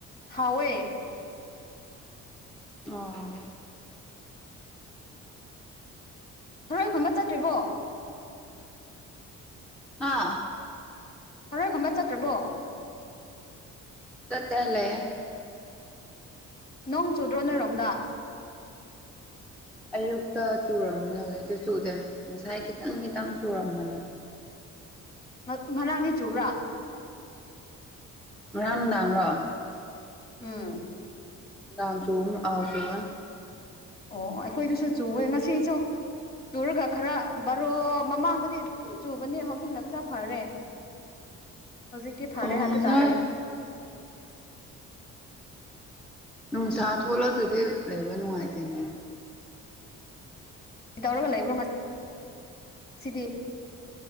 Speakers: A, on the left (about 30°); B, in the centre.
A: ꯍꯥꯎꯋꯦ
B: ꯑꯣ
A: ꯊꯔꯣꯏ ꯈꯨꯟꯕ ꯆꯠꯇ꯭ꯔꯤꯕꯣ
B: ꯑꯥ
A: ꯊꯔꯣꯏ ꯈꯣꯝꯕ ꯆꯠꯇ꯭ꯔꯕꯣ
B: ꯆꯠꯇꯦ ꯂꯩꯌꯦ
A: ꯅꯣꯡ ꯆꯨꯗ꯭ꯔꯣ ꯅꯣꯏꯔꯣꯝꯗ
B: ꯑꯌꯨꯛꯇ ꯆꯨꯔꯝꯕꯅꯦ ꯍꯧꯖꯤꯛꯇꯤ ꯆꯨꯗꯦ ꯉꯁꯥꯏ ꯈꯤꯇꯪ ꯈꯤꯇꯪ ꯆꯨꯔꯝꯕꯅꯦ
A: ꯉꯛ ꯉꯔꯥꯡꯗꯤ ꯆꯨꯕ꯭ꯔꯥ
B: ꯉꯔꯥꯡ ꯅꯨꯡꯗꯥꯥꯡꯔꯣ
A: ꯎꯝ
B: ꯅꯨꯡꯗꯥꯡ ꯆꯨꯕ꯭ꯔ ꯑꯧ‌ ꯆꯨꯕꯅꯦ
A: ꯑꯣ ꯑꯩꯈꯣꯏꯗꯁꯨ ꯆꯨꯋꯦ ꯉꯁꯤꯁꯨ ꯆꯨꯔꯒ ꯈꯔ ꯕꯥꯔꯣ ꯃꯃꯥꯡꯗꯗꯤ ꯑꯗꯨꯝ ꯆꯨꯕꯅꯤ ꯍꯧꯖꯤꯛꯅ ꯈꯔ ꯐꯔꯦ
B: <inaudible>
A: ꯍꯧꯖꯤꯛꯇꯤ ꯐꯔꯦ
B: ꯑꯣ
A: ꯍꯥꯏꯕ
B: ꯉꯁꯥꯏ
A: ꯇꯥꯔꯦ
B: ꯅꯨꯡꯁꯥ ꯊꯣꯛꯂꯛꯇꯗꯤ ꯂꯩꯕ ꯅꯨꯡꯉꯥꯏꯇꯦꯅꯦ
A: ꯀꯩ ꯇꯧꯔꯒ ꯂꯩꯕ꯭ꯔꯣ ꯉ ꯁꯤꯗꯤ